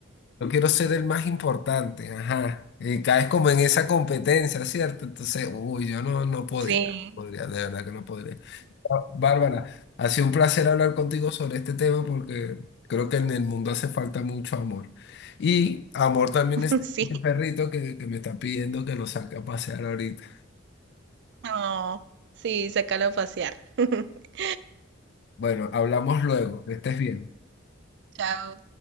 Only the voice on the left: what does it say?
yo quiero ser el más importante, ajá, y caes como en esa competencia, ¿cierto? Entonces, uy, yo no, no podría,
no podría, de verdad que no podría. Ah, Bárbara, ha sido un placer hablar contigo sobre este tema porque creo que en el mundo hace falta mucho amor. Y amor también
es
el perrito que, que me está pidiendo que lo saque a pasear ahorita.
Bueno, hablamos luego, que estés bien.